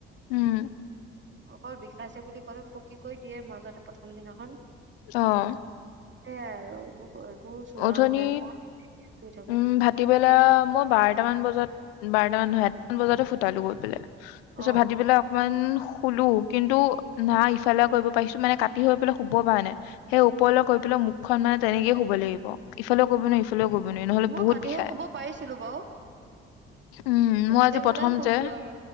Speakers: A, on the left; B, on the right.
A: উম
B: অকল বিষাইছে বুলি ক'লে ফুকী কৈ দিয়ে মাজতে প্ৰথম দিনাখন
A: অহ
B: সেইয়াই আৰু একো চোৱাও
A: উথনি
B: নাই মই শুই থাকো
A: উম ভাটিবেলা মই বাৰটামান বজাত বাৰটামান নহয় এটামান বজাতো ফুটালো গৈ পেলাই। তাৰপিছত
B: অ'।
A: ভাটি বেলাই অকমান শো শুলো কিন্তু না ইফালে কৰিব পাৰিছো মানে কাটি হৈ পেলাই শুব পৰা নাই সেই। প কৈ পেলও মুখন মানে তেনেকে শুব লাগিব ইফালে ক কৰিব ন কৰিব নোৱাৰি নহলে
B: মই
A: বহুত
B: কাটি
A: বিষায়
B: হৈ শুব পাৰিছিলো বাৰু
A: উম
B: তেনেকে
A: মোৰ আজি
B: পেলাই
A: প্ৰথম
B: শুইছো
A: যে,
B: আৰু